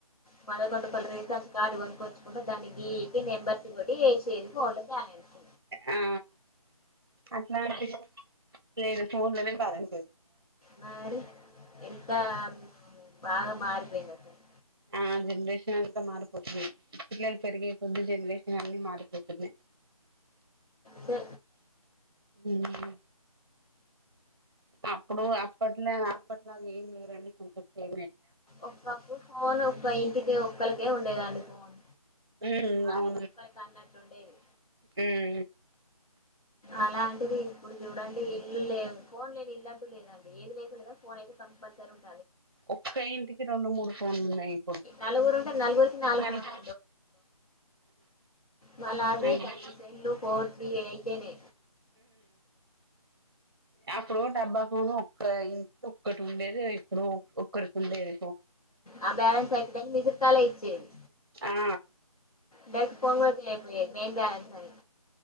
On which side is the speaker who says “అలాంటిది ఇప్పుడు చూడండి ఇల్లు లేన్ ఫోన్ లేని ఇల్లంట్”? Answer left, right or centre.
Left